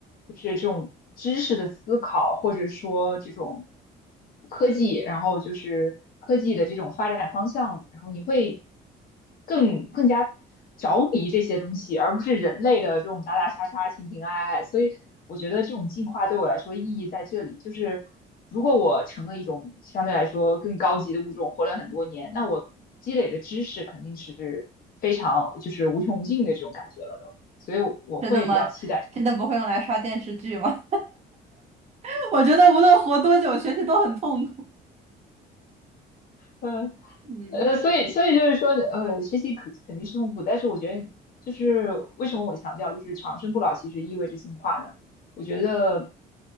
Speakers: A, on the left; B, on the right.
A: 就是这种知识的思考，或者说这种科技，然后就是科技的这种发展方向，然后你会。更更加着迷这些东西，而不是人类的这种打打杀杀、情情爱爱。所以我觉得这种进化对我来说意义在这里，就是如果我成了一种相对来说更高级的物种，活了很多年，那我积累的知识肯定是非常就是无穷无尽的这种感觉了都。所以我，我会比较期待这种。
B: 真的吗？真的不会用来刷电视剧吗？<laughs> 我觉得无论活多久，学习都很痛苦。
A: 嗯，
B: <laughs> 嗯，
A: 呃，所以所以就是说，呃，学习肯肯定是痛苦，但是我觉得就是为什么我强调就是长生不老其实意味着进化呢？我觉得，